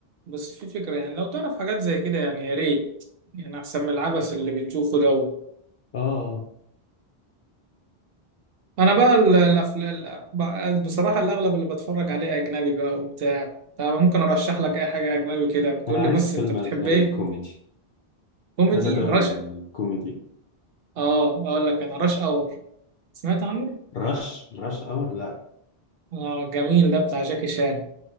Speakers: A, on the right; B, on the left.
A: بس في فكرة يعني لو تعرف حاجات زي كده يعني يا ريت يعني أحسن من العبث اللي بنشوفه ده
B: آه
A: أنا بقى الأفلام بصراحة الأغلب اللي بتفرج عليه أجنبي بقى وبتاع طب ممكن أرشح لك أي حاجة أجنبي كده بتقول
B: أنا
A: لي
B: عايز
A: بس أنت
B: فيلم
A: بتحب
B: أجنبي
A: إيه؟
B: كوميدي
A: كوميدي
B: عايز اجرب
A: رشا
B: الكوميدي
A: آه أقول لك أنا رش أور سمعت عنه؟
B: رش رش اور لا
A: آه جميل ده بتاع جاكي شان